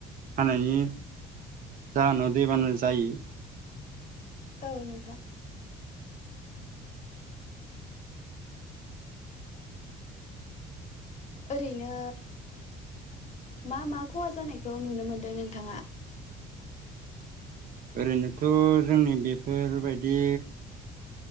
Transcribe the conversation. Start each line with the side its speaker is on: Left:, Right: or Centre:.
Right: हानायनि जाहोनाव दैबाना जायो।
Left: औ नोंथां। ओरैनो मा मा खहा जानायखौ नुनो मोनदों नोंथाङा?
Right: ओरैनोथ' जोंनि बेफोरबायदि